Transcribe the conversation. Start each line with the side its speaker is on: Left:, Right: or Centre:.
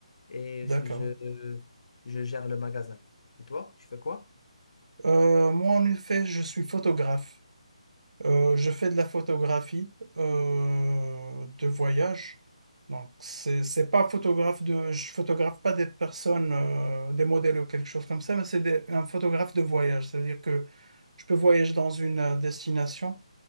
Left: et
Right: d'accord.
Left: je, je, je gère le magasin. Et toi, tu fais quoi?
Right: Euh, moi, en effet, je suis photographe. Euh, je fais de la photographie euh, de voyage. Donc, c'est, c'est pas photographe de, je photographe pas des personnes, euh, des modèles ou quelque chose comme ça, mais c'est des- un photographe de voyage. C'est-à-dire que je peux voyager dans une euh, destination.